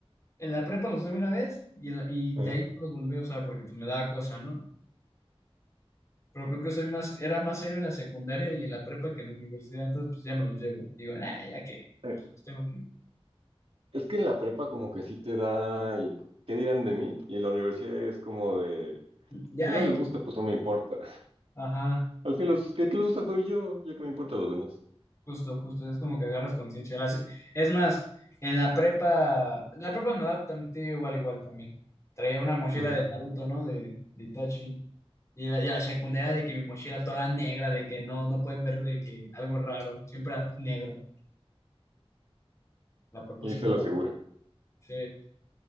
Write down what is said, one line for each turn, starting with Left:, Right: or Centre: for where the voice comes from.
Left: en la prepa los usé una vez y, en la- y
Right: Ajá.
Left: de ahí no los volví a usar porque pues me daba cosa, ¿no? Pero creo que soy más, era más serio en la secundaria y en la prepa que en la universidad, entonces pues ya me los llevo. Digo, ah, ya que,
Right: Eh,
Left: pues los tengo aquí.
Right: Es que en la prepa como que sí te da el ¿qué dirán de mí? Y en la universidad es como de,
Left: Ya,
Right: si no
Left: ahí-
Right: les gusta, pues no me importa. <laughs>
Left: ajá.
Right: Al fin los que, que les gusta soy yo, ya que me importa los demás.
Left: Justo, justo, es como que agarras conciencia. Las- Es más, en la prepa, en la prepa me da también igual, igual también. Traía una mochila
Right: Ujú.
Left: de Naruto, ¿no? De, de Itachi. Y la, y la secundaria de que mi mochila toda negra, de que no, no pueden ver de que algo raro, siempre era negro. La prepa
Right: Y
Left: sí.
Right: se
Left: me-
Right: lo
Left: daba.
Right: asegura.
Left: Sí.